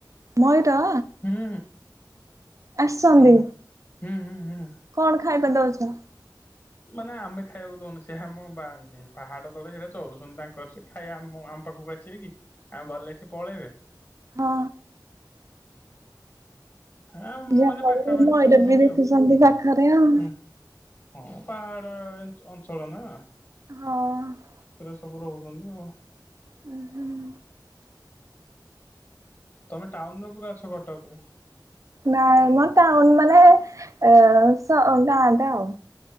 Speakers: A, on the right; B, on the left.
A: ମୟୁର
B: ହୁଁ।
A: ଆସନ୍ତି।
B: ଆମ ହୁଁ ହୁଁ ହୁଁ।
A: କଣ ଖାଇବା ଦୋଉଚ?
B: ମାନେ ଆମେ ଖାଇବାକୁ ଦୋଉନୁ ସେ ଆମଃ ପାହାଡ ତଳେ ସେରା ଚରୁୁଚନ୍ତି ତାଙ୍କର ସେ ଖାଇବା ଆମ ଆମ ପାଖକୁ ଆସିବେ କିି ଆମେ ଗଲେ ସେ ପଳେଇବେ।
A: ହଁ।
B: ହଁ
A: ଯାହା
B: ମାନେ ପାଖାପାଖି
A: ହଉ ମୟୂର
B: ଚରୁଚନ୍ତି
A: ବି ଦେଖୁଛନ୍ତି
B: ଆଉ
A: ପାଖରେ ଆଉ।
B: ହୁଁ। ହଁ ପାହାଡ ଅ-ଅଞ୍ଚଳ ନା।
A: ହଁ।
B: ସେ ସବୁ ରହୁଚନ୍ତି ଆଉ।
A: ହୁଁ ହୁଁ।
B: ତମେ ଟାଉନ୍ ରେ ପୁରା ଅଛ କଟକରେ।
A: ନାଇଁ ମଁ ଟାଉନ୍ ମାନେ ଏ ସ‌ଅ ଗାଁଟା ଆଉ।